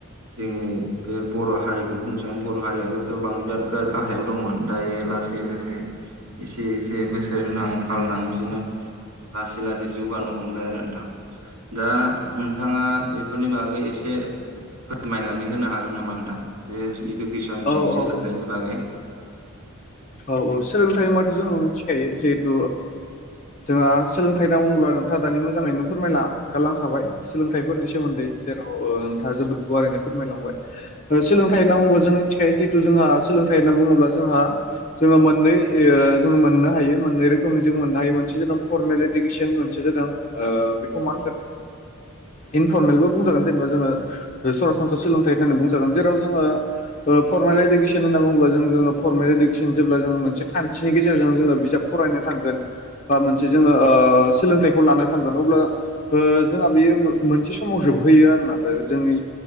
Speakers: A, on the right; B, on the left.
A: जोंनि बे बर' हारिखौनो बुंनोसां बर' हारियाबो जबां बिराद गा-गाहायाव दंमोन दायो लासै लासै एसे एसे बोसोरनां खाल नां बिदिनो लासै लासै जौगानो हमबाय आरो नोंथां दा नोंथाङा बेफोरनि बा गै एसे फोरमायनानै होनो हागोन नामा नोंथां बे इडुकेसननि
B: औ
A: सोलोंथाइनि
B: औ औ
A: बागै
B: औ औ सोलोंथायाइ होमबाथ' जोङो मिथिखायो जे <unintelligible> जोंहा सोलोंथाइ होना बुङोब्ला नोंथाङा दानि मोजाङैनो फोरमायलागारलांखाबाय। सोलोंथाइफोरनि सोमोन्दै जेर नोंथाङा जोबोद गुवारैनो फोरमायलांबाय सोलोंथाइ होनना बुंङोबा जों मिथिखायो जिहेथु जोंहा सोलोंथाइ होनना बुङोब्ला जोंहा जोङो मोननै जोो मोननो हायो मोननै रोखोमनि जों मोननो हायो मोनसे ज जादों फरमेल इुकेसन मोनसे बेखौ मागोन इनफरमेलबो बुंजागोन जेनेबा जोङो सरासनस्रा सोलोंथाइ होननानै बुंजागोन जेराव जोङो फरमेल इडुकेसन होननाुङोब जोङो फरमेल मोननि गेजेरजों ज बिजाब फरायनो थांगोन बा मोन ज सोलोंथाइखौ लानो थांगोन अब्ला जोंहा बेयो मोनसे समाव जोबहैयो आरोोना बे जोंनि